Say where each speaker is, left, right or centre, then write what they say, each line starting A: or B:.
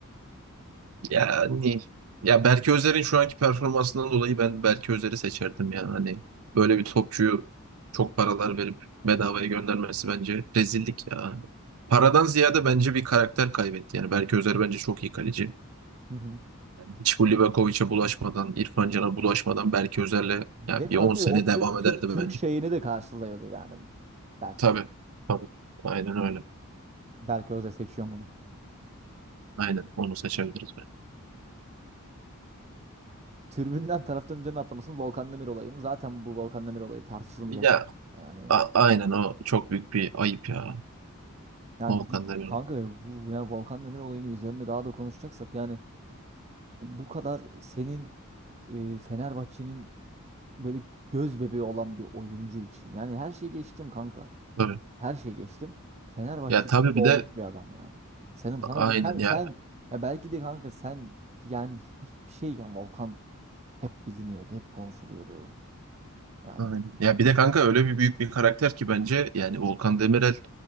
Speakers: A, on the right (about 75°); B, on the right (about 30°).
A: <clears throat> Yani ya Berke Özer'in şu anki performansından dolayı ben Berke Özer'i seçerdim ya. Hani böyle bir topçuyu çok paralar verip bedavaya göndermesi bence rezillik ya. Paradan ziyade bence bir karakter kaybetti. Yani Berke Özer bence çok iyi kaleci.
B: Hı hı.
A: Hiç bu Livakovic'e bulaşmadan, İrfan Can'a bulaşmadan belki Özer'le yani
B: Ve
A: bir
B: kanka
A: 10 sene
B: o Türk
A: devam
B: Türk
A: ederdi
B: Türk
A: bence.
B: şeyini de karşılıyordu yani Berke.
A: Tabii, tabii. Aynen öyle.
B: Berke Özer seçiyor bunu.
A: Aynen onu seçebiliriz bence.
B: Tribünden taraftarın üzerine atlamasının Volkan Demir olayı mı? Zaten bu Volkan Demir olayı tartışılmayacak
A: Ya
B: bir yani.
A: a- aynen o çok büyük bir ayıp ya.
B: Yani
A: Volkan
B: bizi,
A: Demirel.
B: kanka ya bu ya Volkan Demir olayının üzerine daha da konuşacaksak yani bu kadar senin e, Fenerbahçe'nin böyle göz bebeği olan bir oyuncu için. Yani her şeyi geçtim kanka.
A: Tabii.
B: Her şeyi geçtim. Fenerbahçe
A: Ya tabii
B: için
A: bir
B: doğmuş
A: de
B: bir adam yani. Senin sana
A: aynen
B: bu sen,
A: ya.
B: sen ya belki de kanka sen yani hiçbir şeyken Volkan hep biliniyordu, hep konuşuluyordu. Yani
A: Aynen. Ya bir de kanka öyle bir büyük bir karakter ki bence yani Volkan Demirel